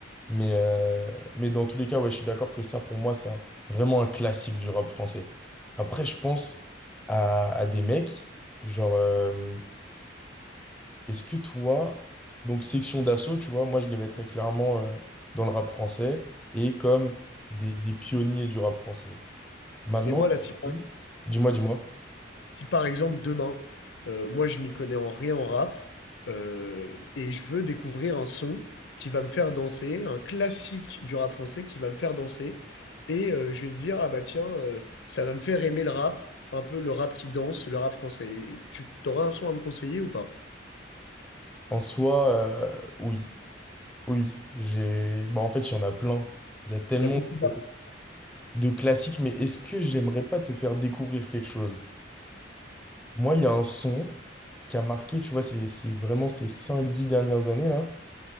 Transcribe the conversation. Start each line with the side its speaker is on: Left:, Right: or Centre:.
Centre: Mais, euh, mais dans tous les cas, ouais, je suis d'accord que ça, pour moi, c'est un- vraiment un classique du rap français. Après, je pense à, à des mecs, genre, euh, est-ce que toi, donc section d'assaut, tu vois, moi, je les mettrais clairement euh, dans le rap français et comme des, des pionniers du rap français. Maintenant,
Left: Mais moi, là, si,
Centre: dis-moi, dis-moi.
Left: Si par exemple demain, euh, moi je m'y connais en rien en rap euh, et je veux découvrir un son qui va me faire danser, un classique du rap français qui va me faire danser et euh, je vais me dire ah bah tiens euh, ça va me faire aimer le rap, un peu le rap qui danse, le rap français. Et tu t'aurais un son à me conseiller ou pas?
Centre: En soi, euh, oui, oui, j'ai... Bah, en fait, il y en a plein. Il y a tellement
Left: Il y a beaucoup d'artistes.
Centre: de, de classiques, mais est-ce que j'aimerais pas te faire découvrir quelque chose? Moi, il y a un son qui a marqué, tu vois, c'est c'est vraiment ces cinq dix dernières années là,